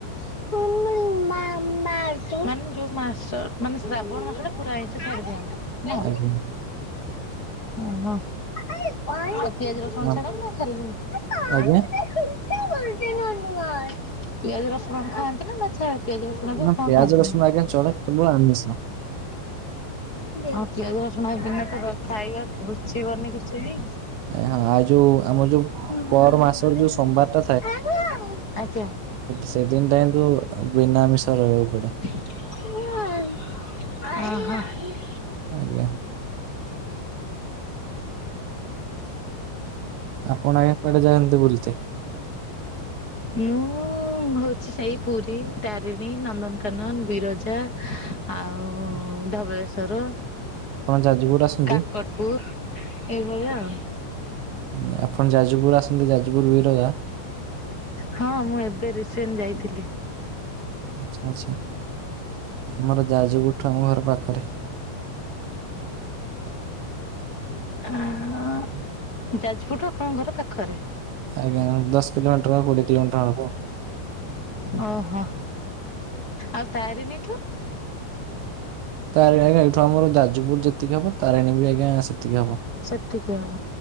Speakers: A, on the left; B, on the right.
A: ହୁଁ। <unintelligible> <unintelligible> ମାନେ ଯୋଉ ମାସ, ମାନେ ଶ୍ରାବଣ ମାସ ଟା ପୁରା ଆଇିଁସ ଛାଡ଼ି ଦିଅନ୍ତି? ନୁଅ,
B: ଆଜ୍ଞା।
A: ହଁ ହଁ। ଆଉ ପିଆଜ ରସୁଣ
B: ହଁ
A: ଛାଡ଼ନ୍ତି ନା ଖାଲିି? ହଁ
B: ଆଜ୍ଞା
A: <unintelligible> ପିଆଜ ରସୁଣ ଖାଆନ୍ତି ନା ଛା ପିଆଜ, ରସୁଣ ଯେ
B: ନା
A: ଙ୍କ
B: ପିଆଜ
A: ଖାନ୍ତିନୀ।
B: ରସୁଣ ଆଜ୍ଞା ଚଳେ କେବଳ ଆମିଷ।
A: ଅ ପିଆଜ ରସୁଣ ଏବେ ନ ପକାଅ ଖାଇବା ରୁଚିବନି କିଛି ବି।
B: ଆ ହଁ ଆଉ ଯୋଉ ଆମ ଯୋଉ
A: <unintelligible>
B: ପର ମାସର ଯୋଉ ସୋମବାର ଟା
A: ଆଜ୍ଞା।
B: ସେଦିନଟା କିନ୍ତୁ ବିନାମିଷରେ ରହିବାକୁ ପଡେ।
A: ଓ ହ।
B: ଆଜ୍ଞା। ଆପଣ ଆଜ୍ଞା କୁଆଡେ ଯାଆନ୍ତି ବୁଲିତେ।
A: ମୁଁ ହୋଊଚି ସେଇ ପୁରୀ ତାରିଣୀ ନନ୍ଦନକାନନ ବିରଜା ଆଉ
B: ହୁଁ।
A: ଧବଳେଶ୍ୱର
B: ଯାଜପୁର ଆସନ୍ତି
A: କାକଟପୁର୍ ଏଇଭଳିଆ ଆଉ।
B: ଆଜ୍ଞା ଆପଣ ଯାଜପୁର ଆସନ୍ତି ଯାଜପୁର ବିରଜା।
A: ହଁ ମୁଁ ଏବେ ରିସେଣ୍ଟ ଯାଇଥିଲି।
B: ଆଛା ଆଛା ଆମର ଯାଜୁପୁରୁ ଠୁ ଆମ ଘର ପାଖରେ।
A: ହୁଁ ଉଁ।
B: ହୁଁ।
A: ଯାଜପୁର ଠୁ ଆପଣଙ୍କ ଘର ପାଖରେ।
B: ଆଜ୍ଞା ଦଶ କିଲୋମିଟର କୋଡ଼ିଏ କିଲୋମିଟର ହବ।
A: ଓହୋ ଆଉ ତାରିଣୀଠୁ?
B: ତାରିଣୀ ଆଜ୍ଞା ଏଇଠୁ ଆମର ଯାଜପୁର ଯେତିକି ହବ ତାରିଣୀ ବି ଆଜ୍ଞା ସେ ତିକି ହବ
A: ସେତିକି ହବ।